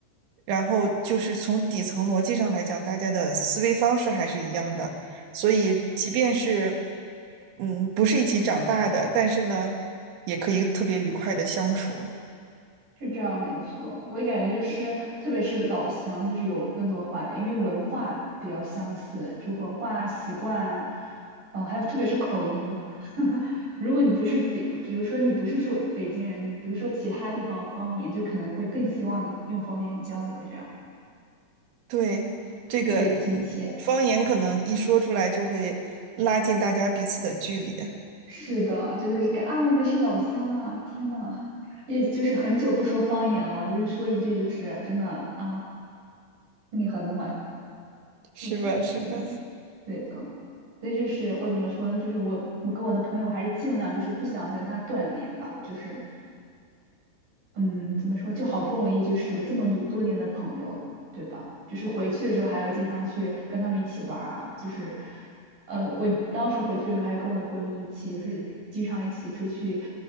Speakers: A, on the right; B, on the right.
A: 然后就是从底层逻辑上来讲，大家的思维方式还是一样的，所以即便是嗯不是一起长大的，但是呢，也可以特别愉快的相处。
B: 是这样，没错。我也感觉就是，特别是老乡，就是有更多话聊，因为文化比较相似，就文化习惯啊，呃还有特别是口音。如果你不是比，比如说你不是说北京人，你比如说其他地方的方言，就可能会更希望你用方言交流，这样
A: 对，这个
B: 特别亲切。
A: 方言可能一说出来就会拉近大家彼此的距离，
B: 是的，就是感啊，我们是老乡啊！天呐，也就是很久不说方言了，就是说一句，就是真的啊，心里很暖。
A: 是吧？
B: 就是对，
A: 是吧？
B: 对的，所以就是我怎么说呢？就是我我跟我的朋友还是尽量就是不想跟他断联吧，就是嗯，怎么说？就好不容易就是有这么多多年的朋友了，对吧？就是回去的时候还要经常去跟他们一起玩儿啊，就是呃，我当时回去的时候还跟我闺蜜一起，就是经常一起出去